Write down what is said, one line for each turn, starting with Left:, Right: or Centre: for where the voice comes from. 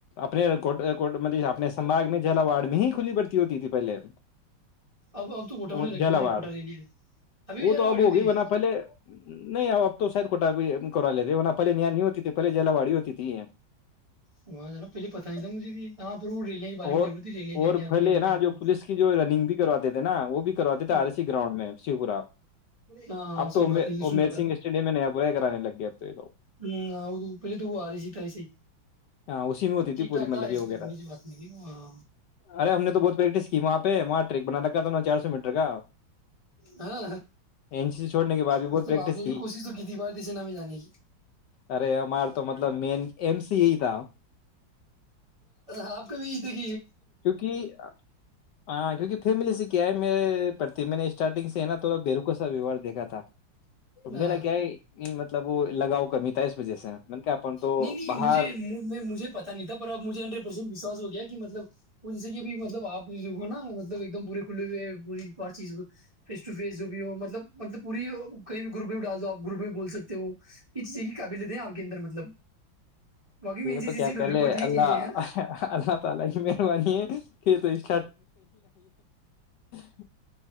Left: اپنے کو کو مطلب اپنے سباگ میں جلا واڈ میں ہی کھلی بڑتی ہوتی تھی پہلے
Right: اب اب تو کوٹا
Left: وہ
Right: ہونے لگی
Left: جلاوڑ
Right: نا یہ کوٹا ریلی ہے ابھی بھی
Left: وہ
Right: جلاواڑی
Left: تو اب
Right: ہوتی
Left: ہوگئی
Right: ہے
Left: بن پہلے نہیں ا تو ساید کوٹا کرا ل ہے دونا پل نانی نہیں ہوتی تھی پہے جیلا وای ہوتی تھی
Right: وہاں جانا پہلے پتا نہیں تھا مجھ بھی پر وہ ریلیاں کے بارے
Left: اور
Right: میں ضرور تھی ریلیاں ریلیاں
Left: اور
Right: ہوتی
Left: پھلے
Right: ہیں ریلیاں
Left: نا
Right: ہوتی
Left: جو پولیس کی جو رننگ بھی کرواتے تھے نا وہ بھی کرواتے
Right: ہیں
Left: تھے آر سی گراؤنڈ میں شیو پورا
Right: ہاں ہاں
Left: اب
Right: صحیح
Left: تو
Right: بات ہے
Left: امیر
Right: سن رکھا
Left: سگھ
Right: تھا
Left: اسٹیڈیم میں ن پورے کرانے لگ گئے اب تو یہ لوگ
Right: ہ وہ پہلے تو وہ آ رہی سی تھا صحیح
Left: ہاں اسی میں ہوتی
Right: ٹھیک
Left: تھی پوری
Right: ٹھاک تھا
Left: مطلب
Right: آ رہی
Left: یہ
Right: سی
Left: وغیرہ
Right: کرمولی سے بات میری ہاں
Left: ارے ہم نے تو بہت پریکٹس کی وہاں پہ وہاں ٹریک بناانا ن چار سو مٹر کا
Right: ہاں
Left: این سی سی چھوڑنے کے بعد بھی بہت
Right: مطلب
Left: پریکٹس
Right: آپ نے بھی کوشش تو کی تھی بارتی سے نام میں جانے کی
Left: ارے ہمار تو مطلب مین ایم سی ای تا
Right: آپ کا بھی دیک
Left: کیونکہ ہاں کیونکہ فیملی سے کیا ہے میرے پرتی میں نے اسٹارٹنگ سے ہے نا تھوڑا بیروکو سا ویوار دیکھا تھا تم
Right: ہاں
Left: نے کیا ہے مطلب وہ لگاؤ کمی تھا اس وجہ سے نے کہا اپن تو
Right: نہیں نہیں
Left: باہر
Right: مجھے مجھے پتاہ نہیں تھا پر اب مجھے ہڈریڈ پرسینٹ وشواس ہو گیا کہ مطلب وہ جیسے کہب مطلب آپ جو ہو نا مطب ایک دم پورے کھلے ہوئے ہیں پور ہر چیز فیس ٹ فیس جو بھی ہو مطلب مطلب پوری کہیں بھی گروپ میں بھی ڈال دو آپ گروپ میں بھی بول سکتے ہو یہ چیز کی قابلت ہے آپ کے اندر مطلب باقی مین سی
Left: تو
Right: چیزیں
Left: کیا
Right: ڈولے
Left: پہلے
Right: کو ہوتی ہے
Left: اللہ
Right: چیزیں یہاں
Left: اللہ تو کیا کہہ لے اللہ اللہ تعالی کی مہربانی ہے کہ یہ تو اس <inaudible>